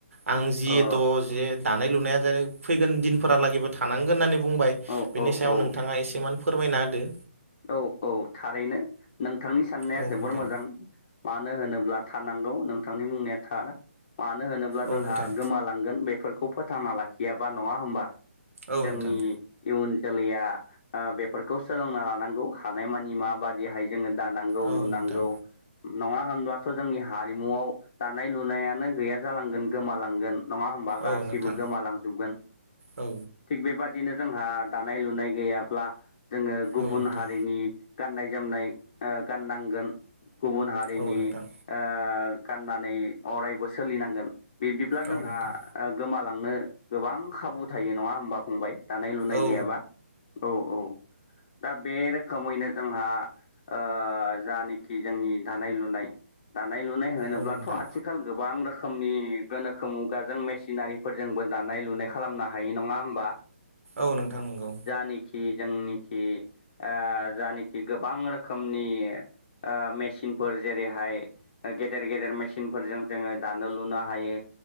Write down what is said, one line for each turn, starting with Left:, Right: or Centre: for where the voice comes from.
Right: आं
Left: औ
Right: जिथ' जे दानाय लुनाया जेरै फैगोन दिनफोरालागैबो थानांगोन होननानै बुंबाय
Left: औ
Right: बिनि
Left: औ
Right: सायाव नोंथाङा
Left: औ
Right: एसेमान फोरमायना होदो।
Left: औ औ थारैनो नोंथांनि साननाया
Right: औ
Left: जोबोर
Right: नोंथां
Left: मोजां। मानो होनोब्ला थानांगौ नोंथांनि बुंनाया थार। मानो होनोब्ला जोंहा
Right: औ नोंथां
Left: गोमालांगोन बेफोरखौ फोथांना लाखियाबा नङा होमबा।
Right: औ
Left: जोंनि
Right: नोंथां
Left: इयुन जोलैया ओ बेफोरखौ सोलोंना हानांगौ हानायमानि माबादिहाय जोङो दानांगौ
Right: औ
Left: लुनांगौ।
Right: नोंथां
Left: नङा होनब्लाथ' जोंनि हारिमुआव दानाय लुनायानो गैया जालांगोन गोमालांगोन। नङा होमबा गासिबो
Right: औ नोंथां
Left: गोमालांजोबगोन।
Right: औ
Left: थिग बेबादिनो जोंहा दानाय लुनाय गैयाब्ला जोङो गुबुन
Right: औ नोंथां
Left: हारिनि गाननाय जोमनाय ओ गाननांगोन गुबुन हारिनि
Right: औ नोंथां
Left: ओ गाननानै अरायबो सोलिनांगोन बिब्दिब्ला जोंहा
Right: औ नोंथां
Left: ओ गोमालांनो गोबां खाबु थायो नङा होमबा। फंबाय दानाय लुनाय
Right: औ
Left: गैयाबा औ औ। दा बे रोखोमैनो जोंहा ओ जानखि जोंनि दानाय लुनाय। दानाय लुनाय होनोब्लाथ
Right: औ नोंथां
Left: आथिख खाल गोबां रोखोमनि गोनोखो मुगाजों मेसिनारिफोरजोंबो दानाय लुनाय खालामना। हायो नङा होमबा?
Right: औ नोंथां नंगौ।
Left: जानिखि जोंनिखि ओ जानिखि गोबां रोखोमनि ओ मेसिनफोर जेरैहाय ओ गेदेर गेदेर मेसिनफोरजों जोङो दानो लुनो हायो।